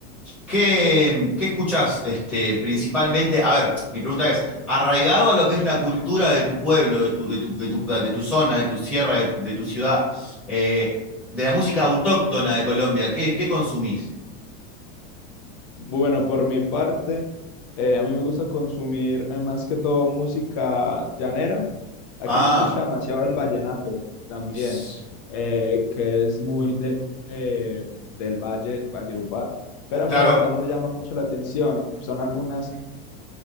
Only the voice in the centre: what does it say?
¿qué, qué escuchás este, principalmente? A ver, mi pregunta es, arraigado a lo que es la cultura de tu pueblo, de tu, de tu, de tu, de tu zona, de tu sierra, de tu, de tu ciudad, eh, de la música autóctona de Colombia, ¿qué, qué consumís?
Ah,
s-
claro.